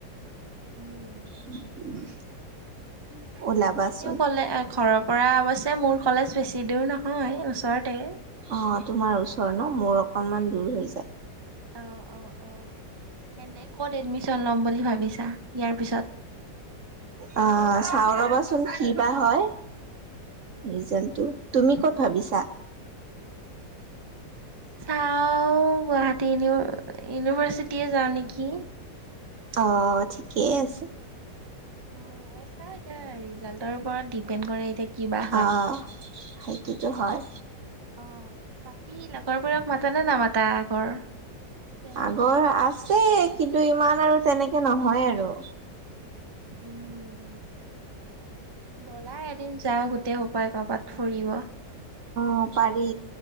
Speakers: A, on the right; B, on the right.
A: উম।
B: <inaudible> ওলাবাচোন
A: এনেও ক'লে ঘৰৰ পৰা অৱশ্যে মোৰ কলেজ বেছি দূৰ নহয় ওচৰতে।
B: অ' তোমাৰ ওচৰ ন' মোৰ অকণমান দূৰ হৈ যায়।
A: অ', অ', অ', এনে ক'ত এডমিশন ল'ম বুলি ভাবিছা ইয়াৰ পিছত?
B: আহ চাওঁ ৰবাচোন কি বা হয়, ৰিজাল্টটো। তুমি ক'ত ভাবিছা?
A: চাওঁ গুৱাহাটী ইউনি-ইউনিভাৰ্চিটি‌য়ে যাওঁ নেকি।
B: অ', ঠিকেই আছে।
A: অ', চাও ৰিজাল্টৰ ওপৰত ডিপেণ্ড এতিয়া কিবা হয়।
B: অ', সেইটোতো হয়।
A: অ', বাকী লগৰবোৰক মাতানে নামাতা আগৰ? ফ্ৰেণ্ডছবোৰ?
B: আগৰ আছে কিন্তু ইমান আৰু তেনেকে নহয় আৰু।
A: উম। ব'লা এদিন যাওঁ গোটেই সোপাই ক'ৰবাত ফুৰিব।
B: অ', পাৰি,